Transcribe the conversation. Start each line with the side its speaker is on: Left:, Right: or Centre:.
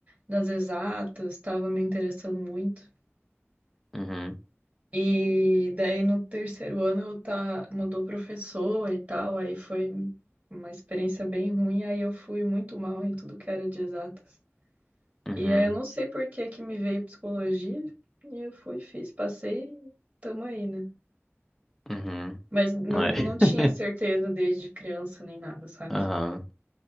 Right: nas exatas, tava me interessando muito.
Centre: Uhum,
Right: E daí no terceiro ano eu tá, mudou professor e tal, aí foi uma experiência bem ruim, aí eu fui muito mal em tudo que era de exatas.
Centre: uhum,
Right: E aí eu não sei por que que me veio psicologia, e eu fui, fiz, passei e tamo aí, né?
Centre: uhum.
Right: Mas não,
Centre: É.
Right: não tinha certeza desde criança nem nada,
Centre: <laughs>
Right: sabe?
Centre: Aham.